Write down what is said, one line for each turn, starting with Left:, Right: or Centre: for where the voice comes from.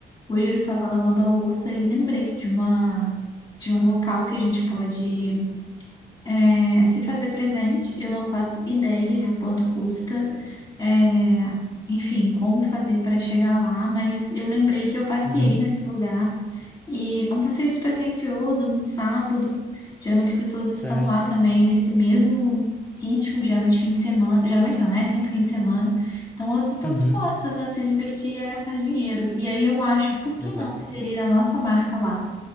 Left: Hoje eu estava lavando a louça e lembrei de uma de um local que a gente pode é, se fazer presente, eu não faço ideia de quanto custa, é, enfim, como fazer para chegar lá, mas eu lembrei que eu passeei
Centre: Uhum.
Left: nesse lugar e é um passeio despretensioso, num sábado. Geralmente as pessoas
Centre: Certo.
Left: estão lá também nesse mesmo ritmo, geralmente fim de semana, geralmente não é, sempre fim de semana. Então elas estão
Centre: Uhum,
Left: dispostas a se divertir e a gastar dinheiro. E aí eu acho, por que
Centre: exato.
Left: não inserir a nossa marca lá?